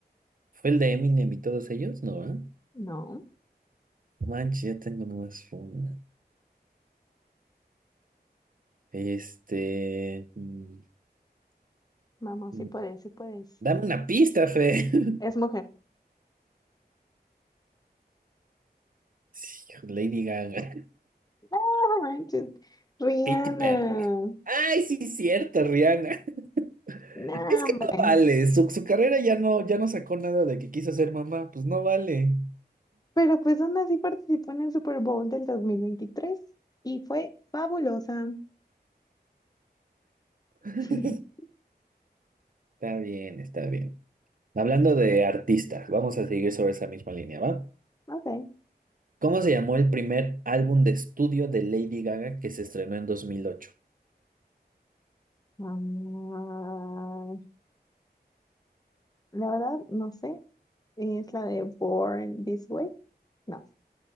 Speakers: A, on the right (about 55°); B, on the left (about 20°).
A: ¿Fue el de Eminem y todos ellos? No, ¿verdad?
B: No,
A: No Manches, ya tengo nomás una. Este. mm,
B: vamos,
A: mm,
B: sí puedes, sí puedes.
A: Dame una pista, Fe. <laughs>
B: Es mujer.
A: Sí, Lady Gaga.
B: <laughs> No manches, Rihanna.
A: Katy Perry. Ay, sí, cierto, Rihanna. <laughs>
B: No,
A: Es que
B: hombre.
A: no vale. Su, su carrera ya no, ya no sacó nada de que quiso ser mamá. Pues no vale.
B: Pero pues aún así participó en el Super Bowl del 2023 y fue fabulosa.
A: <laughs>
B: <laughs>
A: Está bien, está bien. Hablando de artistas, vamos a seguir sobre esa misma línea, ¿va?
B: Ok.
A: ¿Cómo se llamó el primer álbum de estudio de Lady Gaga que se estrenó en 2008?
B: Ah, la verdad, no sé. ¿Es la de Born This Way? No.